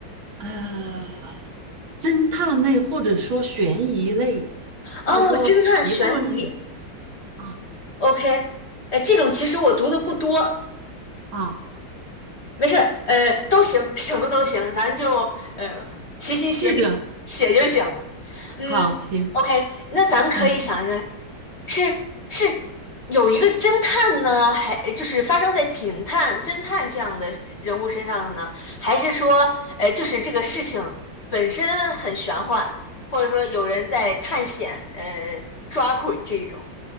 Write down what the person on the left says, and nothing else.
哦，
侦探悬疑
，OK，哎，这种其实我读的不多。
没事儿，呃，都行，什么都行，咱就呃齐心协力写就行了。
嗯，OK，
那咱可以想一个，
是是有一个侦探呢，还就是发生在警探、侦探这样的人物身上的呢，还是说，呃，就是这个事情本身很玄幻，或者说有人在探险，呃，抓鬼这一种，